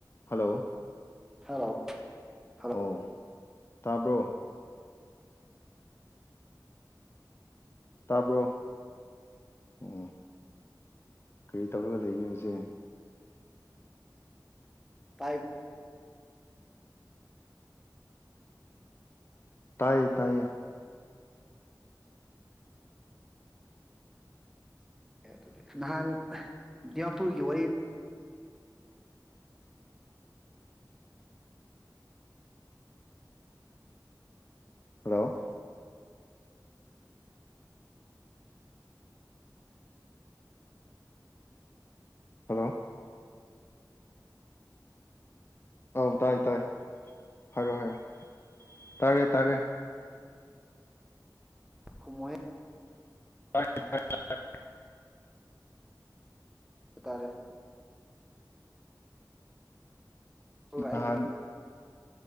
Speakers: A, on the left; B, in the centre.
A: Hello
B: hello hello
A: ꯍꯥꯎ ꯇꯥꯕ꯭ꯔꯣ ꯇꯥꯕ꯭ꯔꯣ ꯑꯣ ꯀꯔꯤ ꯇꯧꯔꯒ ꯂꯩꯒꯦ ꯍꯧꯖꯤꯛ
B: ꯇꯥꯏꯞ
A: ꯇꯥꯏꯌꯦ ꯇꯥꯏꯌꯦ
B: ꯑꯦ ꯑꯗꯨꯗꯤ ꯅꯍꯥꯟ ꯗꯤꯃꯥꯄꯨꯔꯒꯤ ꯋꯥꯔꯤ
A: ꯍꯜꯂꯣ ꯍꯜꯂꯣ ꯑꯧ ꯇꯥꯏ ꯇꯥꯏ ꯍꯥꯏꯔꯣ ꯍꯥꯏꯔꯣ ꯇꯥꯔꯦ ꯇꯥꯔꯦ
B: ꯈꯨꯝꯃꯣꯍꯦ
A: <unintelligible>
B: ꯇꯥꯔꯦ ꯑꯩꯒꯤꯗ
A: ꯅꯍꯥꯟ